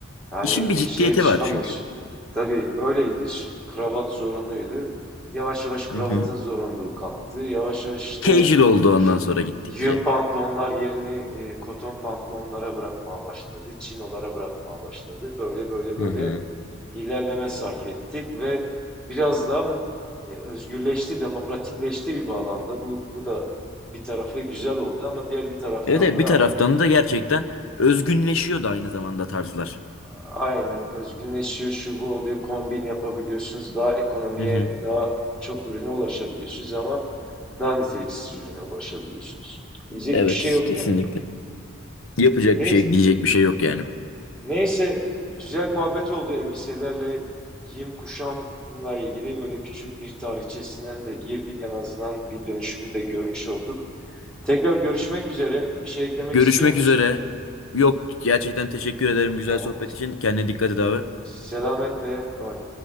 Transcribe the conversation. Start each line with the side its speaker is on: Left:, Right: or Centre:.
Centre: Yani
Left: İşin bir ciddiyeti
Centre: e, şeye çıkamıyorsun.
Left: var çünkü.
Centre: Tabii öyleydi. ş- Kravat zorunluydu. Yavaş yavaş kravatın
Left: Hı hı.
Centre: zorunluluğu kalktı. Yavaş yavaş işte
Left: Casual oldu
Centre: y-
Left: ondan sonra gittikçe.
Centre: yün pantolonlar yerini e, koton pantolonlara bırakmaya başladı. Çinolara bırakmaya başladı. Böyle böyle böyle
Left: Hı hı.
Centre: ilerleme sarf ettik ve biraz daha m- e, özgürleşti, demokratikleşti bir bağlamda. Bu, bu da bir tarafı güzel oldu ama diğer bir taraftan
Left: Evet, evet,
Centre: da
Left: bir taraftan
Centre: hani
Left: da gerçekten özgünleşiyor da aynı zamanda tarzlar.
Centre: Aynen özgünleşiyor, şu bu oluyor, kombin yapabiliyorsunuz, daha ekonomiye,
Left: Hı hı.
Centre: daha çok ürüne ulaşabiliyorsunuz ama daha niteliksiz ürüne ulaşabiliyorsunuz. Diyecek
Left: Evet,
Centre: bir şey yok
Left: kesinlikle.
Centre: yani.
Left: Yapacak
Centre: Neyse,
Left: bir şey, diyecek bir şey yok yani.
Centre: neyse güzel muhabbet oldu elbiselerle, giyim kuşamla ilgili böyle küçük bir tarihçesinden de girdik en azından bir dönüşümü de görmüş olduk. Tekrar görüşmek üzere. Bir şey eklemek
Left: Görüşmek
Centre: istiyor musun?
Left: üzere. Yok gerçekten teşekkür ederim güzel
Centre: Tamam
Left: sohbet
Centre: o zaman.
Left: için. Kendine dikkat et abi.
Centre: Selametle, bye.